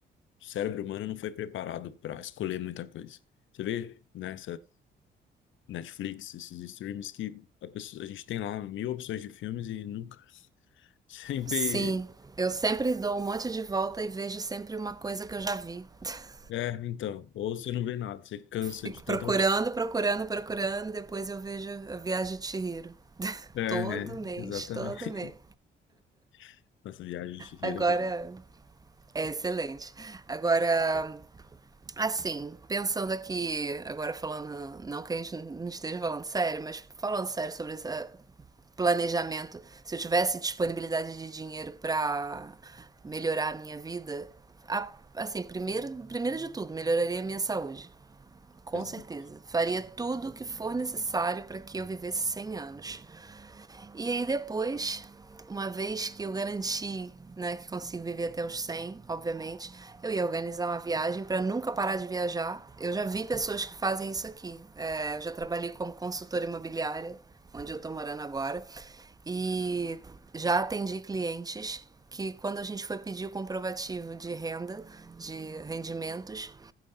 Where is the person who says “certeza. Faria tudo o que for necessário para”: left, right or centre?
Right